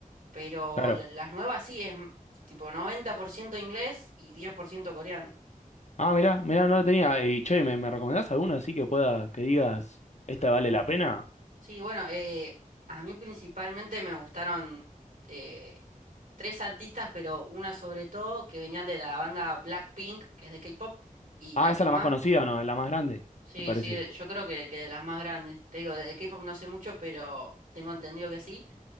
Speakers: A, on the right; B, on the left.
A: Pero
B: claro.
A: la- las nuevas sí, es m- tipo 90% inglés y 10% coreano.
B: Ah, mirá, mirá, no lo tenía. Y che, ¿me, me recomendás alguna así que pueda, que digas, esta vale la pena?
A: Sí, bueno, eh, a mí principalmente me gustaron eh, tres artistas, pero una sobre todo que venían de la banda Blackpink, que es de K-pop, y
B: Ah,
A: la que
B: esa es la
A: más...
B: más conocida
A: bueno,
B: o no, es la más grande,
A: Sí,
B: me parece.
A: sí, de- yo creo que, que de las más grandes. Te digo, de de K-pop no sé mucho, pero tengo entendido que sí.